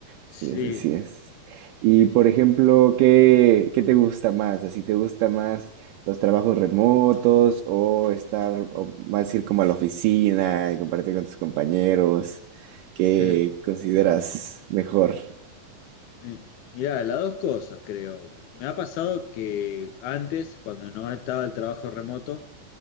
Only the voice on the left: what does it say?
Sí,
sí,
sí.
<laughs>
Eh, Mirá, las dos cosas creo. Me ha pasado que antes, cuando no estaba el trabajo remoto,